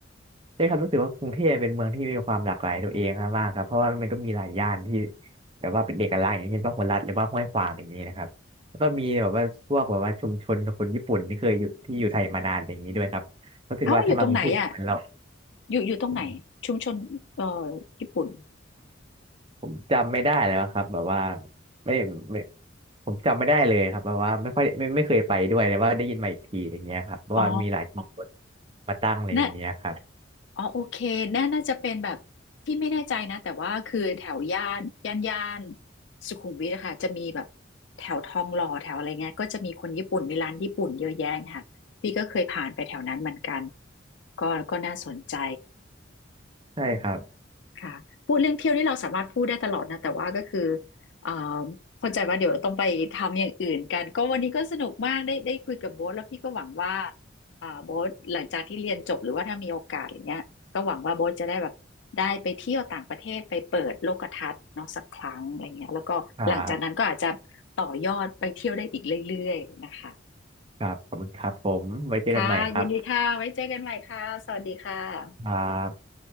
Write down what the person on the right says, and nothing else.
ใช่ครับรู้สึกว่ากรุงเทพเป็นเมืองที่มีความหลากหลายตัวเองมากครับเพราะว่ามันก็มีหลายย่านที่แบบว่าเป็นเอกลักษณ์อย่างเช่นพหลรัฐหรือว่าห้วยขวางอย่างนี้นะครับแล้วก็มีแบบว่าพวกแบบว่าชุมชนคนญี่ปุ่นที่เคยอยู่ที่อยู่ไทยมานานอย่างนี้ด้วยครับรู้สึกว่าถ้ามากรุงเทพก็เหมือนเรา
ผม
ผมจำไม่ได้แล้วครับแบบว่าไม่ไม่ผมจำไม่ได้เลยครับแบบว่าไม่ค่อยไม่ไม่เคยไปด้วยแต่ว่าได้ยินมาอีกทีอย่างเงี้ยครับเพราะว่ามีหลายชุมชน
มาตั้งเลยอย่างเงี้ยครับ
ใช่ครับ
ครับครับขอบคุณครับผมไว้เจอกันใหม่ครับ
ครับ